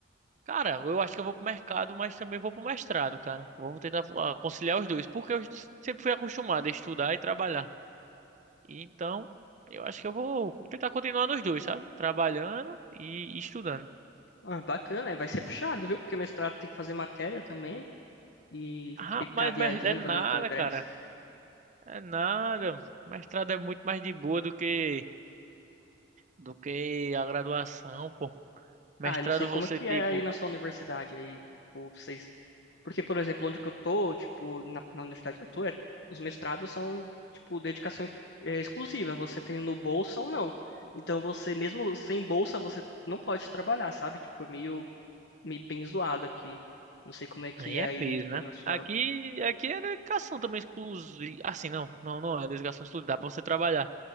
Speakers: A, on the right; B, on the left.
A: cara, eu acho que eu vou pro mercado, mas também vou pro mestrado, cara. Vou tentar ah, conciliar os dois, porque eu sempre fui acostumado a estudar e trabalhar. Então, eu acho que eu vou tentar continuar nos dois, sabe? Trabalhando e estudando.
B: Ah, bacana, é, vai ser puxado, viu? Porque mestrado tem que fazer matéria também e
A: Ah,
B: tem que
A: mas,
B: ficar viajando,
A: mas é nada,
B: fazendo congresso.
A: cara. É nada. Mestrado é muito mais de boa do que do que a graduação, pô. Mestrado
B: Ah, eu não sei como
A: você,
B: é que
A: tipo,
B: é aí na sua universidade aí, tipo, vocês... Porque, por exemplo, onde que eu tô, tipo, na, na universidade que eu tô, é- os mestrados são, tipo, dedicação ex- é, exclusiva. Você tem no bolsa ou não. Então, você, mesmo sem bolsa, você não pode trabalhar, sabe? Tipo, é meio, meio bem zoado aqui. Não sei como é que
A: aí
B: é
A: é
B: aí,
A: peso,
B: tipo,
A: né?
B: na sua...
A: Aqui, aqui é dedicação também exclusiva. Assim, não, não, não é dedicação exclusiva, dá pra você trabalhar.